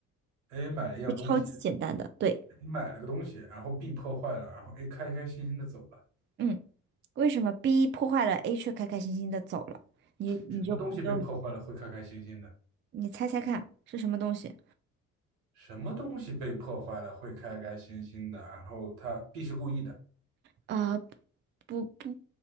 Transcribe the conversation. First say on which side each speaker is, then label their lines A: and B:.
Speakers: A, on the right; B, on the right.
A: 哎，买了一样东西。
B: 这超级简单的，对，
A: 你买了个东西，然后 B 破坏了，然后 A 开开心心的走了。
B: 嗯，为什么 B 破坏了，A 却开开心心的走了？你你就你就
A: 什么东西被破坏了会开开心心的？
B: 你猜猜看是什么东西？
A: 什么东西被破坏了会开开心心的？然后他 B 是故意的
B: 啊，不不，